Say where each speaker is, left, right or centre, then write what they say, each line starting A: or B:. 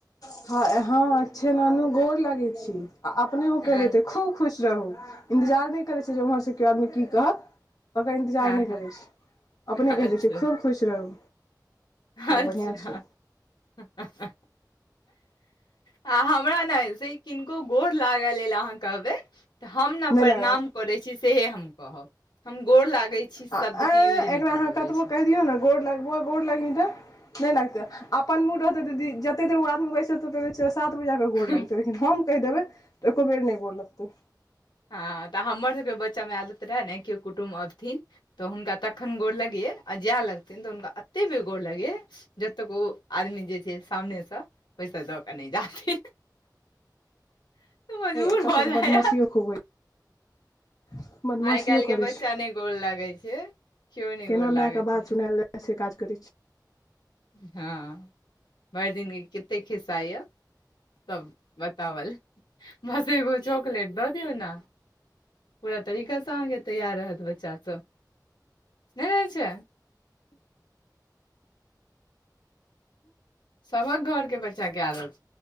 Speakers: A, on the left (about 55°); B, on the left (about 85°).
A: हा ए हा अच्छा नानु गोर लागे छी, आ अपने
B: हँ
A: के देते खूब खुश। रहू इन्तजार नहि करै छै जे ओम्हरसँ केओ आदमी की कहत, तकर इन्तजार
B: हँ
A: नहि
B: हँ
A: करै छै।
B: अच्छा
A: अपने कहि दै छियै खूब खुश रहू।
B: अच्छा
A: बढ़िआँ छै
B: ह ह ह आ हमरा ने से किनको गोर लागल लेलऽ अहाँ कहबै। तऽ हम
A: नहि
B: ने प्रणाम
A: लागत
B: करै छी सएहे हम कहब। हम गोर लागै छी शब्द
A: आ ऐ
B: के यूज नहि
A: एकरा
B: कऽ
A: अहाँ
B: पबै
A: कतबो कहि दियौ ने गोड़ लाग गोड़ लागे नहि लागते अपन मूड रहते दी जते देर ओ आदमी बैसते त सात बजाक कऽ
B: छी
A: गोड़ लगतै लेकिन हम कहि देबै तऽ एको बेर नहि गोड़ लगतै।
B: हँ तऽ हमर सभके बच्चा मे आदत रहए ने केओ कुटुम्ब अबथिन। तऽ हुनका तखन गोर लगियै आ जाय लगतै। छथिन तऽ हुनका एते बेगोर लगय जतक ओ आदमी जे छै सामने से पैसा दब। नहि जाे मजबूर
A: एकर
B: भऽ
A: सभके
B: जाया
A: बदमाशियो खूब होइ छै बदमाशियो
B: आइ काल्हि
A: करै
B: के बच्चा
A: छै
B: नहि गोर लागै छै। केओ नहि
A: केना
B: गोर
A: माय
B: लागै
A: के बात
B: छै
A: सुनायल जाइ से काज करै छी।
B: ह भरि दिनके कतेक खिस्सा य सभ बतावल मसगो चॉकलेट दऽ दिऔ ने। पूरा तरीका अहाँकेँ तैयार रहत बच्चा सभ नहि रहै छै सभ कऽ घर के बच्चा के रहल छै।